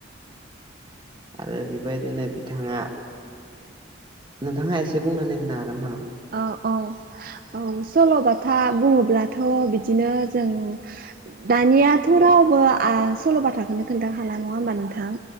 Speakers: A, on the right; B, on the right.
A: आरो बेबायदिनो बिथाङा नोंथाङा एसे बुंनानै होनो हागोन नामा?
B: औ औ औ सल'बाथा बुङोब्लाथ' बिदिनो जों दानियाथ'
A: औ
B: रावबो ओ सल' बाथ्राखौनो खोनथा हाला नङा होमबा नोंथां